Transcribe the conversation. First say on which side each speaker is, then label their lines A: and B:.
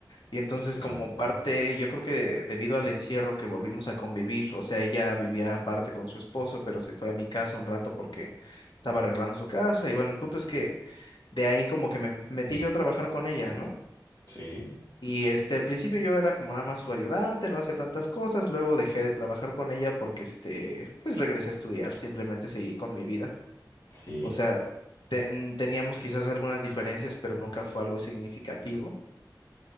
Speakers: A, on the left; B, on the left.
A: Y entonces
B: sí,
A: como parte, yo creo que de- debido al encierro que volvimos a convivir, o sea, ella vivía aparte con su esposo, pero se fue a mi casa un rato porque estaba arreglando su casa. Y bueno, el punto es que de ahí como que me metí yo a trabajar con ella, ¿no?
B: sí,
A: Y este, al principio yo era como nada más su ayudante, no hacía tantas cosas, luego dejé de trabajar con ella porque este, pues regresé a estudiar, simplemente seguí con mi vida.
B: sí.
A: O sea, ten- teníamos quizás algunas diferencias, pero nunca fue algo significativo.